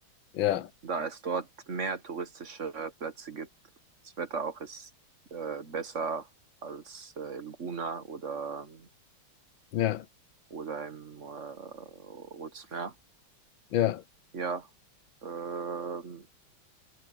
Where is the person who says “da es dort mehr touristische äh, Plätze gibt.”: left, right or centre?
Right